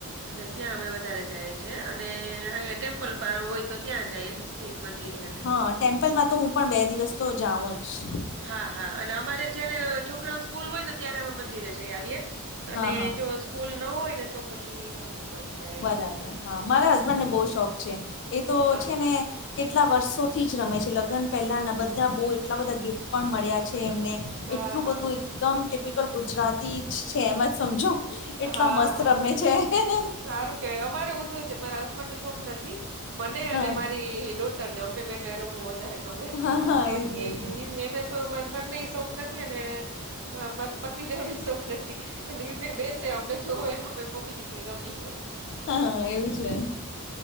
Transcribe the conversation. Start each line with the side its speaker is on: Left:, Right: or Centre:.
Right: એટલે ત્યાં અમે વધારે જાઈએ છીએ અને અહીંયા ટેમ્પલ પર હોય તો ત્યાં જાય એમ. બે મંદિરે એને
Left: હા ટેમ્પલમાં તો હું પણ બે દિવસ તો જાઉં જ છ
Right: હા હા અને અમારે જયારે છોકરાઓન સ્કૂલ હોય ને ત્યારે અમે મંદિરે જઈ આવીએ. અને
Left: હા હા
Right: જો સ્કૂલ ન હોય ને તો પછી કોસમોસ બાજુ જાય.
Left: બરાબર હા મારા હસબન્ડને બહું શોખ છે એ તો
Right: હા
Left: છે ને કેટલા વર્ષોથી જ રમે છે લગન પહેલાના બધા બહુ એટલા બધા ગિફ્ટ પણ મળ્યા છે એમને.
Right: હા
Left: એટલું
Right: હા
Left: બધું એકદમ ટિપિકલ ગુજરાતી જ છે એમ જ સમજો. એટલા
Right: હા.
Left: મસ્ત
Right: હા
Left: રમે છે હેહે.
Right: સારું કેવાય અમારે ઊંધું છે મારા હસબન્ડને શોખ નથી મને
Left: હા
Right: અને મારી ડોટ તન અમને બેને રમવું વધારે ગમે
Left: હા હા
Right: બાકી
Left: એજ ને એજ ને
Right: એને તો માર સનનેય શોખ નથી અને માર પતિદેવ નેય શોખ નથી. એટલે એ મે બેસે અમને જોવે અમે મમ્મી દીકરી રમીએને.
Left: હા એવું છે.